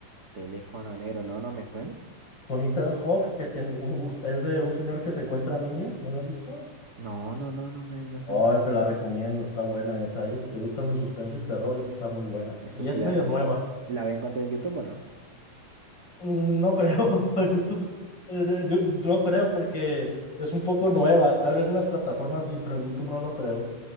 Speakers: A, on the right; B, on the left.
A: Teléfono negro, no, no me suena.
B: Con Ethan Hawke, que tiene un- es de un señor que secuestra niños, ¿no la has visto?
A: No, no, no, no me no suena.
B: Oh, yo te la recomiendo, está buena esa. ¿eh? Si te gustan de suspenso y terror, esa está muy buena.
A: Esa
B: Y
A: sí
B: es
A: la,
B: medio nueva.
A: la voy a encontrar en YouTube, ¿o no?
B: Mm, No creo, <laughs> YouTube, eh, yo no creo porque es un poco nueva. Tal vez en las plataformas sí, pero en YouTube no lo creo.